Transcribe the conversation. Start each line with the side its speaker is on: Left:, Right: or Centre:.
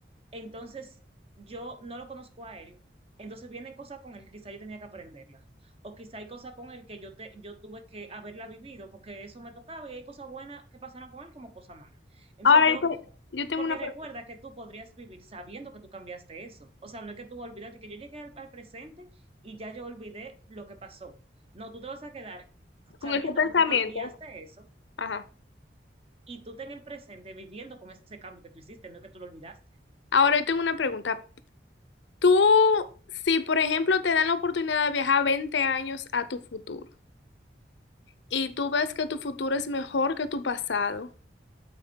Right: Entonces, yo no lo conozco a él. Entonces vienen cosas con él que quizá yo tenía que aprenderlas. O quizá hay cosas con él que yo, te, yo tuve que haberla vivido porque eso me tocaba y hay cosas buenas que pasaron con él como cosas malas. Entonces
Left: Ahora
Right: yo,
Left: yo, te- yo tengo
Right: porque
Left: una pregunta,
Right: recuerda que tú podrías vivir sabiendo que tú cambiaste eso. O sea, no es que tú olvidaste que yo llegué al, al presente y ya yo olvidé lo que pasó. No, tú te vas a quedar sabiendo
Left: con ese pensamiento.
Right: que tú cambiaste eso
Left: Ajá.
Right: y tú te en el presente viviendo con ese cambio que tú hiciste, no es que tú lo olvidaste.
Left: Ahora yo tengo una pregunta. Tú, si por ejemplo te dan la oportunidad de viajar 20 años a tu futuro y tú ves que tu futuro es mejor que tu pasado,